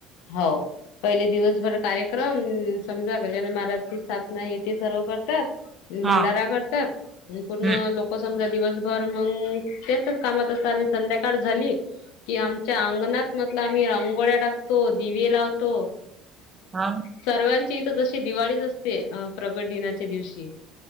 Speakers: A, on the left (about 80°); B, on the right (about 25°).
A: हो पहिले दिवसभर कार्यक्रम समजा गजानन महाराजची स्थापना हे ते सर्व करतात
B: हा
A: भंडारा करतात पूर्ण
B: हम्म
A: लोक समजा दिवसभर मग तेचच कामात असत सारी संध्याकाळ झाली कि आमच्या अंगणात मग आम्ही रांंगोळ्या टाकतो दिवे लावतो
B: हा
A: सर्वांची इथ जशी दिवाळीच असते अ प्रगट दिनाच्या दिवशी